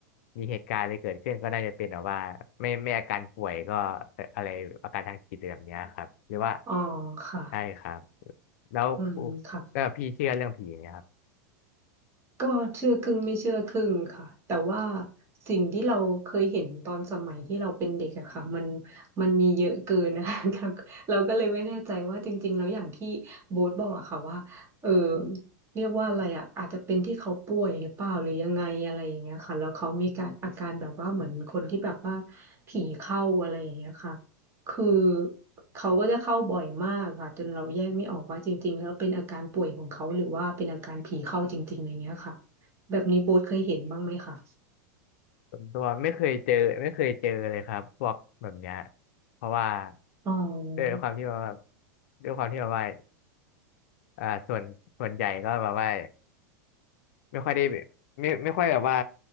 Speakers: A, on the left; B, on the right.
A: มีเหตุการณ์อะไรเกิดขึ้นก็น่าจะเป็นแบบว่าไม่ไม่อาการป่วยก็อะไรอาการทางจิตอะไรแบบเนี้ยครับหรือว่า
B: อ๋อค่ะ
A: ใช่ครับแล้ว
B: อืมค่ะ
A: แล้วพี่เชื่อเรื่องผีไหมครับ
B: ก็เชื่อครึ่งไม่เชื่อครึ่งค่ะแต่ว่าสิ่งที่เราเคยเห็นตอนสมัยที่เราเป็นเด็กอะค่ะมันมันมีเยอะเกินนะ <laughs> คะเราเราก็เลยไม่แน่ใจว่าจริงๆแล้วอย่างที่โบ๊ทบอกอะค่ะว่าเออเรียกว่าอะไรอะอาจจะเป็นที่เขาป่วยหรือเปล่าหรือยังไงอะไรอย่างเงี้ยค่ะแล้วเขามีการอาการแบบว่าเหมือนคนที่แบบว่าผีเข้าอะไรอย่างเงี้ยค่ะ คือเขาก็จะเข้าบ่อยมากค่ะจนเราแยกไม่ออกว่าจริงๆแล้วเป็นอาการป่วยของเขาหรือว่าเป็นอาการผีเข้าจริงๆอะไรเงี้ยค่ะแบบนี้โบ๊ทเคยเห็นบ้างไหมคะ
A: ส่วนตัวไม่เคยเจอไม่เคยเจอเลยครับพวกแบบเนี้ยเพราะว่า
B: อ๋อ
A: ด้วยความที่ว่าด้วยความที่ว่าว่าอ่าส่วนส่วนใหญ่ก็แบบว่า ไม่ค่อยได้แบบไม่ไม่ค่อยแบบว่า